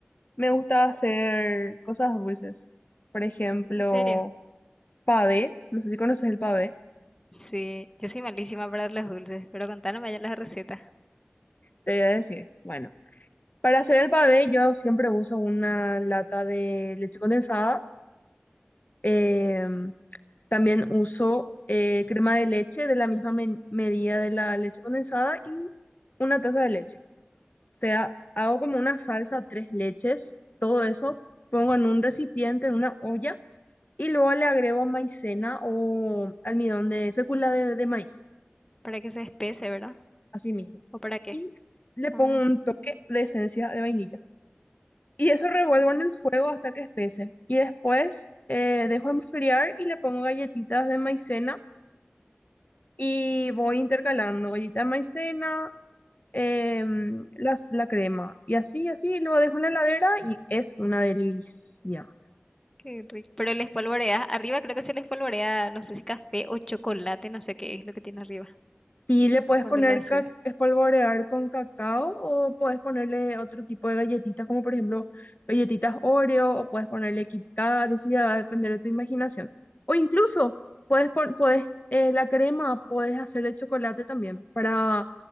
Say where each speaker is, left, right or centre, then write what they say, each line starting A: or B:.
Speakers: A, on the left (about 45°); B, on the left (about 15°).
A: Me gusta hacer cosas dulces. Por ejemplo,
B: ¿En serio?
A: pavé. No sé si conoces el pavé.
B: Sí, yo soy malísima para los dulces, pero contanos ya la receta.
A: Te voy a decir. Bueno, para hacer el pavé yo siempre uso una lata de leche condensada Em, también uso eh, crema de leche de la misma men- medida de la leche condensada y una taza de leche. O sea, hago como una salsa, tres leches, todo eso, pongo en un recipiente, en una olla, y luego le agrego maicena o almidón de fécula de, de maíz,
B: ¿Para que se espese, verdad?
A: así mismo.
B: ¿O para qué?
A: Y le pongo
B: Ah,
A: un toque de esencia de vainilla. Y eso revuelvo
B: ya.
A: en el fuego hasta que espese. Y después eh, dejo enfriar y le pongo galletitas de maicena y voy intercalando galleta de maicena, em, las, la crema y así, así, lo dejo en la heladera y es una delicia.
B: Qué rico. Pero les polvoreas, arriba creo que se les polvorea, no sé si café o chocolate, no sé qué es lo que tiene arriba
A: Sí, le puedes
B: cuando
A: poner
B: le haces.
A: ca- espolvorear con cacao o puedes ponerle otro tipo de galletitas, como por ejemplo galletitas Oreo o puedes ponerle Kit Kat, eso ya va a depender de tu imaginación. O incluso puedes, pon- puedes eh, la crema puedes hacer de chocolate también para